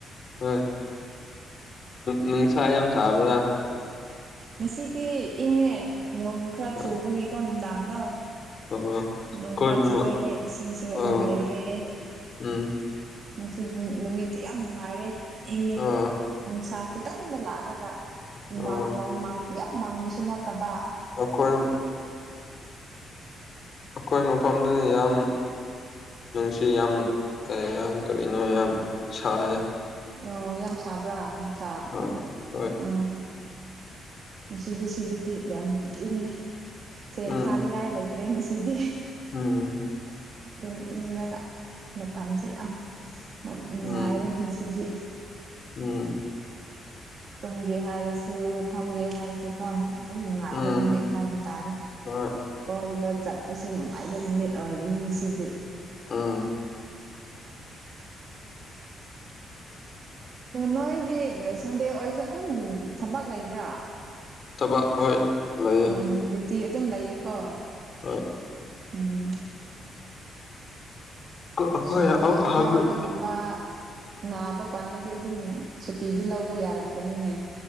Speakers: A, on the left; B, on the right.
A: ꯍꯣꯏ ꯅꯨꯡꯁꯥ ꯌꯥꯝ ꯁꯥꯥꯕ꯭ꯔꯥ
B: ꯉꯁꯤꯗꯤ ꯏꯪꯉꯦ ꯅꯣꯡ ꯈꯔ
A: ꯑ
B: ꯆꯨꯕꯒꯤꯀꯣ ꯅꯨꯡꯗꯥꯡꯗꯣ
A: ꯑꯣ
B: ꯅꯣꯡ
A: ꯀꯣꯏꯕ
B: ꯈꯔ ꯆꯨꯑꯦ ꯏꯁꯤꯡꯁꯨ ꯑꯃꯨꯛ
A: ꯑꯣ
B: ꯂꯩꯔꯦ
A: ꯎꯝ
B: ꯉꯁꯤꯗꯤ ꯅꯨꯃꯤꯠꯇꯤ ꯌꯥꯝ ꯅꯨꯡꯉꯥꯏꯔꯦ ꯏꯪꯉꯦ
A: ꯑꯣ
B: ꯅꯨꯡꯁꯥ ꯈꯤꯇꯪꯗ ꯂꯥꯛꯂꯒ
A: ꯎꯝ
B: ꯃꯪ ꯅꯣꯡ ꯃꯪ ꯌꯥꯝ ꯃꯪꯕꯁꯨ ꯅꯠꯇꯕ
A: ꯑꯈꯣꯏ ꯑꯈꯣꯏ ꯃꯐꯝꯗꯨꯗ ꯌꯥꯝ ꯅꯨꯡꯁꯤ ꯌꯥꯝ ꯇꯥꯏ ꯌꯥꯝ ꯀꯔꯤꯅꯣ ꯌꯥꯝ ꯁꯥꯏ
B: ꯑꯣ ꯌꯥꯝ ꯁꯥꯕ꯭ꯔꯥ ꯅꯨꯡꯁꯥ
A: ꯍꯣꯏ ꯍꯣꯏ
B: ꯎꯝ ꯉꯁꯤꯗꯤ ꯁꯤꯗꯗꯤ ꯌꯥꯝ ꯏꯪꯉꯦ ꯐꯦꯟ
A: ꯎꯝ
B: ꯊꯥꯅꯤꯡꯉꯥꯏ ꯂꯩꯇ꯭ꯔꯦ ꯉꯁꯤꯗꯤ
A: ꯎꯝ
B: ꯑꯗꯨꯝ ꯏꯪꯔꯒ ꯃꯇꯝꯁꯦ ꯌꯥꯝ ꯅꯨꯡꯉꯥꯏꯔꯦ
A: ꯎꯝ
B: ꯉꯁꯤꯗꯤ
A: ꯎꯝ
B: ꯇꯨꯝꯒꯦ ꯍꯥꯏꯔꯁꯨ ꯐꯝꯒꯦ ꯍꯥꯏꯔꯁꯨ ꯀꯣ ꯑꯗꯨꯝ ꯅꯨꯡꯉꯥꯏꯕ
A: ꯎꯝ
B: ꯅꯨꯃꯤꯠ ꯍꯥꯏꯕ ꯇꯥꯔꯦ
A: ꯍꯣꯏ
B: ꯀꯣꯏꯕ ꯆꯠꯄꯁꯨ ꯅꯨꯡꯉꯥꯏꯕ ꯅꯨꯃꯤꯠ ꯑꯣꯏꯔꯅꯤ ꯉꯁꯤꯗꯤ
A: ꯎꯝ
B: ꯅꯣꯏꯗꯤ ꯁꯟꯗꯦ ꯑꯣꯏꯔꯁꯨ ꯑꯗꯨꯝ ꯊꯕꯛ ꯂꯩꯕ꯭ꯔꯥ
A: ꯊꯕꯛ ꯍꯣꯏ ꯂꯩꯌꯦ
B: ꯎꯝ ꯗ꯭ꯌꯨꯇꯤ ꯑꯗꯨꯝ ꯂꯩꯌꯦꯀꯣ
A: ꯍꯣꯏ
B: ꯎꯝ
A: ꯑꯩꯈꯣꯏ
B: ꯁꯨꯇꯤ ꯑꯅꯥꯕꯒꯨꯝꯕ ꯅꯥꯕ ꯀꯥꯟꯗꯗꯤ ꯑꯗꯨꯝ ꯁꯨꯇꯤꯗꯤ ꯂꯧꯕ ꯌꯥꯔꯝꯒꯅꯤꯅꯦ